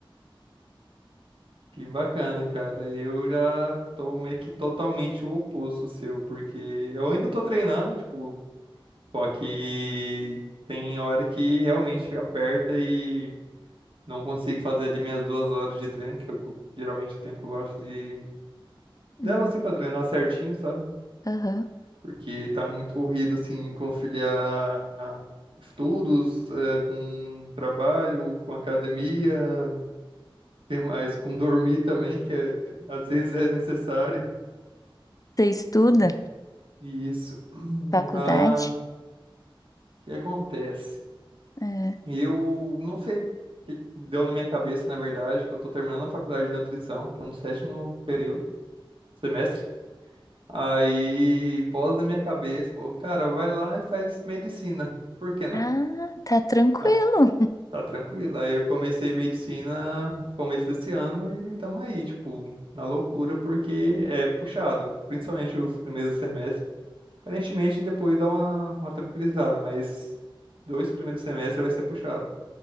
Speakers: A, on the right (about 70°); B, on the left (about 40°).
A: Que bacana, cara. Eu já tô meio que totalmente o oposto seu, porque eu ainda tô treinando, tipo, só que tem hora que realmente aperta e não consigo fazer ali minhas duas horas de treino, que é o que eu- geralmente o tempo que eu gosto de.
B: Hum,
A: Devo assim pra treinar certinho, sabe?
B: aham.
A: Porque tá muito corrido, assim, conciliar estudos, eh, com trabalho, com academia. que mais? Com dormir também, que é- às vezes é necessário.
B: Você estuda
A: E, e isso. <clears throat>
B: faculdade?
A: Ah, o que acontece?
B: É.
A: Eu não sei o que deu na minha cabeça, na verdade, que eu tô terminando a faculdade de nutrição, tô no sétimo período, semestre. Aí, voz da minha cabeça falou, cara, vai lá e faz medicina. Por que não?
B: Ah, tá tranquilo.
A: Ah, Tá tranquilo. Aí eu comecei medicina começo desse ano e tamo aí, tipo, na loucura, porque é puxado, principalmente os primeiros semestres. Aparentemente depois dá uma, uma tranquilizada, mas dois primeiros semestres vai ser puxado.